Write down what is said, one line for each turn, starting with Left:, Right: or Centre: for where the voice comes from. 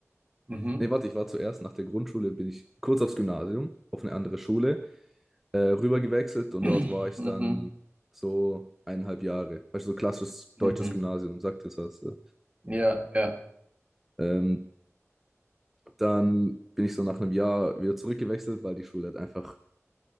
Right: Mhm.
Centre: Nee, warte, ich war zuerst nach der Grundschule, bin ich kurz aufs Gymnasium, auf eine andere Schule, äh, rüber gewechselt und
Right: <clears throat>
Centre: dort war ich
Right: Mhm.
Centre: dann so eineinhalb Jahre. Weißt du, so klassisches
Right: Mhm.
Centre: deutsches Gymnasium, sagt jetzt was. äh.
Right: Ja, ja.
Centre: Ähm, dann bin ich so nach einem Jahr wieder zurückgewechselt, weil die Schule halt einfach,